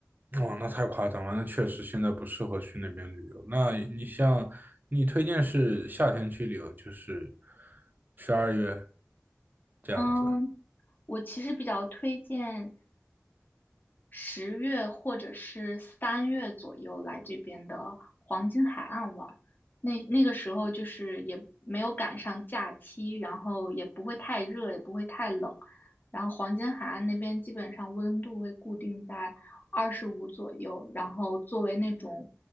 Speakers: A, on the right (about 40°); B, on the left (about 40°).
A: 哦，那太夸张了，那确实现在不适合去那边旅游。那你像你推荐是夏天去旅游，就是十二月这样子。
B: 嗯，我其实比较推荐十月或者是三月左右来这边的黄金海岸玩儿。那那个时候就是也没有赶上假期，然后也不会太热，也不会太冷。然后黄金海岸那边基本上温度会固定在二十五左右，然后作为那种